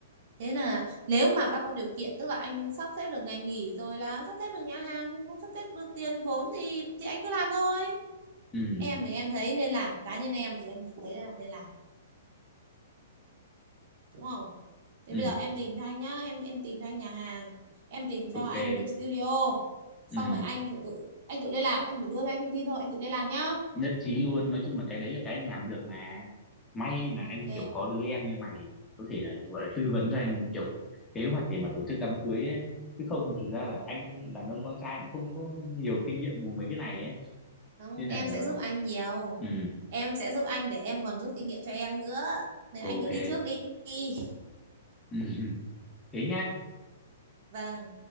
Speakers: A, on the right; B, on the left.
A: thế là nếu mà bác có điều kiện tức là anh sắp xếp được ngày nghỉ rồi là sắp xếp được nhà hàng cũng sắp xếp được tiền vốn thì thì anh cứ làm thôi
B: ừ
A: em thì em thấy nên làm cá nhân em thì em nhìn thấy là nên làm đúng không thì
B: ừ
A: bây giờ em tìm cho anh nhá em em tìm cho anh nhà hàng em tìm cho
B: ok
A: anh studio xong
B: ừ
A: rồi anh phải tự anh tự liên lạc em chỉ đưa cho anh thông tin thôi anh tự liên lạc nhá
B: nhất trí luôn nói chung là cái đấy là cái anh làm được mà may
A: ok
B: mà anh kiểu có đứa em như mày có thể là gọi là tư vấn cho anh kiểu kế hoạch để mà tổ chức đám cưới ấy chứ không thực ra là anh đàn ông con trai cũng không có nhiều kinh nghiệm của mấy cái này ấy
A: không
B: nên
A: em
B: là
A: sẽ giúp anh nhiều
B: ừ
A: em sẽ giúp anh để em còn rút kinh nghiệm cho em nữa nên
B: ok
A: anh cứ đi trước đi <laughs>
B: <laughs> thế nhá
A: Vâng